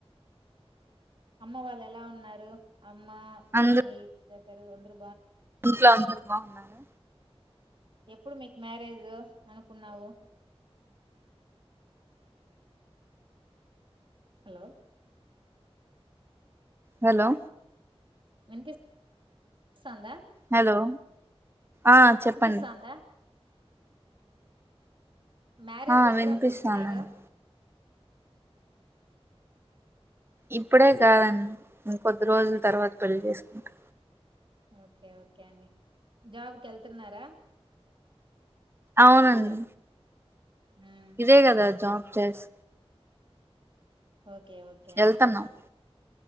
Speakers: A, on the right; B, on the right.
A: అమ్మ వాళ్ళు ఎలా ఉన్నారు అమ్మా
B: అందరు
A: మీ <inaudible> అందరూ
B: ఇంట్లో అందరూ బాగున్నారా
A: ఎప్పుడు మీకు మ్యారేజ్ అనుకున్నావు హలో
B: హలో
A: వినిపి <inaudible> స్తంధా
B: హలో ఆ చెప్పండి
A: వినిపిస్తుందా మ్యారేజ్
B: ఆ
A: ఎప్పుడు
B: వినిపిస్తానండి
A: అనుకుంటున్నారు
B: ఇప్పుడే కాదండి ఇంకొద్ది రోజుల తర్వాత పెళ్లి చేసుకుంటా
A: ఓకే ఓకే అండి జాబ్ కెళ్తున్నారా
B: అవునండి
A: ఉమ్,
B: ఇదే గదా జాబ్ చేస్
A: ఓకే ఓకే
B: వెళ్తున్నాం
A: అండి